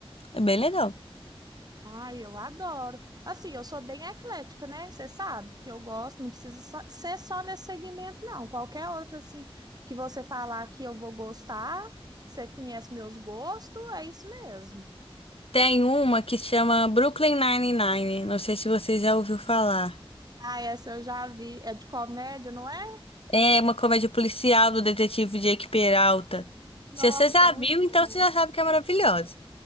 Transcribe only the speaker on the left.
É bem legal.
Tem uma que chama Brooklyn Nine-Nine. Não sei se você já ouviu falar.
É uma comédia policial do detetive Jake Peralta.
Se você já
viu,
então você já sabe que é maravilhosa.